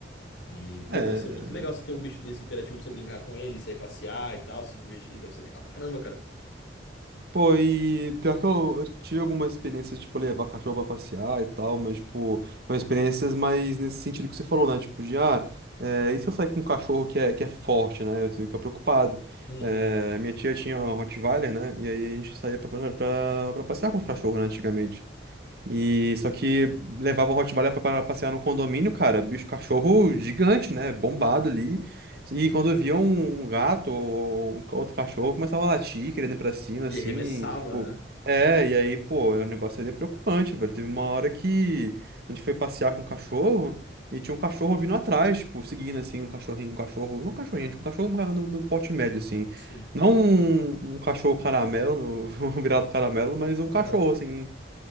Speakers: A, on the left; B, on the right.
A: E, pô,
B: É.
A: deve ser muito legal você ter um bicho desse hiperativo pra você brincar com ele, sair passear e tal, se divertir. Deve ser legal pra caramba, cara.
B: Pô, e pior que eu, eu tive algumas experiências, tipo, levar cachorro pra passear e tal, mas, tipo, foram experiências mais nesse sentido que você falou, né? Tipo, de, ah, é, e se eu sair com um cachorro que é, que é forte, né? Eu fico preocupado.
A: Uhum.
B: É, minha tia tinha um Rottweiler, né? E aí a gente saía pra, pra, pra pra passear com os cachorros, né, antigamente. E só que levava o Rottweiler pra pra passear no condomínio, cara, bicho cachorro gigante, né? Bombado ali. E quando via um um gato ou um ca- outro cachorro, começava a latir, querendo ir pra cima,
A: E
B: assim,
A: arremessava,
B: e, tipo.
A: né?
B: É, e aí, pô, o negócio ali é preocupante, velho. Teve uma hora que a gente foi passear com um cachorro e tinha um cachorro vindo atrás, tipo, seguindo, assim, um cachorrinho, um cachorro. Não um cachorrinho, tinha um cachorro ma- no, no porte médio, assim.
A: Sim.
B: Não um, um cachorro caramelo, <laughs> um virado caramelo, mas um cachorro,
A: Aham.
B: assim.